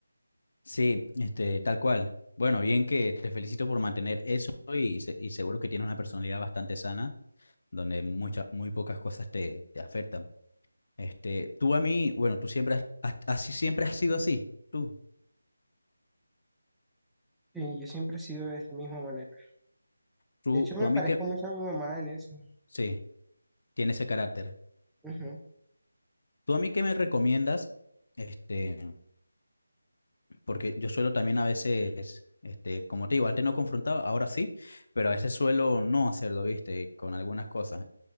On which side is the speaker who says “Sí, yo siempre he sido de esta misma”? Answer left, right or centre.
Centre